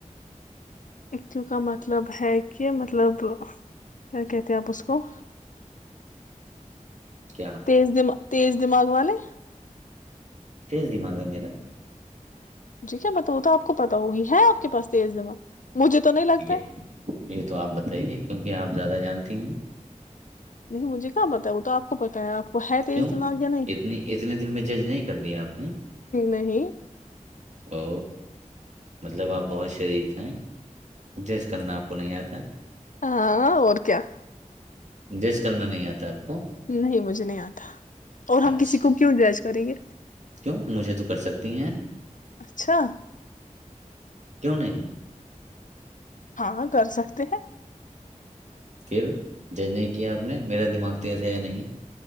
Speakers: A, on the left; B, on the right.
A: ایکٹو کا مطلب ہے کہ مطلب مطلب کیا کہتے تے ہے آپ اسکو
B: کیا
A: تیز دماغ تیز دماغ والے
B: تیز دماغ ہے میرا
A: جی مجھے کیا پتا وہ تو آپ کو پتا ہوگی ہے آپ کے پاس تیز دماغ مجھے تو نہیں لگتا
B: یہ
A: ہے
B: یہ تو آپ بتائیے کیونکہ آپ زیادہ جانتی ہیں
A: نہیں مجھے کہاں پتا ہے وہ تو آپ کو پتا ہے آپ کو ہے تیز
B: کیوں
A: دماغ یا نہیں
B: اتنی اتنے دن میں جج نہیں کر دیا آپ نے
A: نہیں
B: او مطلب آپ بہت شریف ہیں جی اس کرن آپ کو نہیں آتا
A: ہاں اور کیا
B: ڈیج کرنا نہیں آتا آپ کو
A: نہیں مجھے نہیں آتا اور ہم
B: اچھا
A: کسی کو کیوں جائچ کری یہ
B: کیوں مجھے تو کر سکتی ہیں
A: اچھا
B: کیوں نہیں
A: ہاں کر سکتے ہیں
B: پھر جج نہیں کیا آپ نے میرا دماغ تیز ہے یا نہیں